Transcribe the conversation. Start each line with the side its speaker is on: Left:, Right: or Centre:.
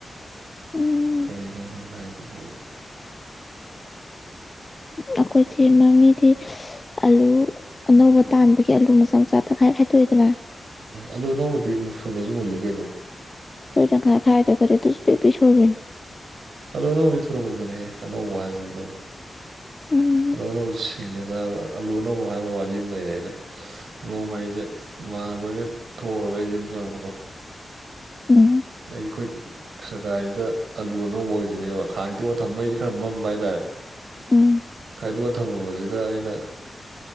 Left: ꯎꯝ
Right: ꯀꯔꯤꯅꯣ ꯅꯪ ꯍꯥꯏꯗꯨꯕꯨ
Left: ꯑꯩꯈꯣꯏꯁꯤ ꯃꯃꯤꯗꯤ ꯑꯂꯨ ꯑꯅꯧꯕ ꯇꯥꯟꯕꯒꯤ ꯑꯂꯨ ꯃꯆꯥ ꯃꯆꯥ ꯇꯪꯈꯥꯏ ꯍꯥꯏꯗꯣꯛꯑꯦꯗꯅ
Right: ꯑꯂꯨ ꯑꯅꯧꯕꯗꯤ ꯑꯃꯨꯛ ꯁꯨꯅꯁꯨ ꯃꯨꯜꯂꯤ ꯀꯩꯅꯣ
Left: ꯑꯩꯣꯏꯪ ꯈꯔ ꯈꯥꯏꯗꯦ ꯈꯔꯦ ꯑꯗꯨꯁꯨ ꯄꯦꯄꯤ ꯁꯣꯏꯕꯤꯅꯦ
Right: ꯑꯜꯧ ꯑꯅꯧꯕꯅꯤ ꯊꯨꯔꯃꯟꯕꯅꯦꯍꯦ ꯑꯅꯧꯕ ꯍꯥꯏꯁꯤꯅ
Left: ꯎꯝ
Right: ꯑꯂꯧ ꯑꯅꯧꯕ ꯁꯤꯡꯗ ꯑꯗꯨꯗ ꯑꯂꯨ ꯑꯅꯧ ꯍꯥꯏꯕ ꯋꯥꯔꯤ ꯑꯃ ꯂꯩꯔꯦ ꯑꯩꯅ ꯅꯣꯡꯃ ꯑꯩꯁꯦ ꯏꯃꯅꯕꯒ ꯊꯣꯛꯎꯔꯒ ꯑꯩ ꯌꯨꯝ ꯆꯪꯉꯛꯄꯀꯣ
Left: ꯎꯝ
Right: ꯑꯩ ꯑꯩꯈꯣꯏ ꯁꯒꯥꯏꯁꯤꯗ ꯑꯂꯨ ꯑꯅꯧꯕ ꯑꯣꯏꯗꯣꯏꯅꯦꯕ ꯈꯥꯡꯁꯤꯗꯣꯛ ꯑꯣ ꯊꯝꯕꯩꯗꯤ ꯈꯔ ꯃꯝꯕ ꯍꯥꯏꯇꯥꯔꯦ
Left: ꯎꯝ
Right: ꯈꯥꯏꯗꯣꯛꯑꯒ ꯊꯝꯃꯕꯁꯤꯗ ꯑꯩꯅ